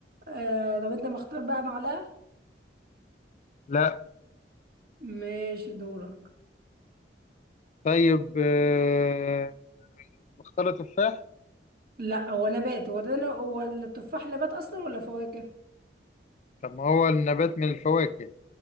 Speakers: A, on the right; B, on the left.
A: آه طب انت مختار بقى معلقة
B: لا
A: ماشي دورك
B: طيب آه، مختارة تفاح
A: لا هو نبات هو ده هو التفاح نبات اصلا ولا فواكه
B: طب ما هو النبات من الفواكه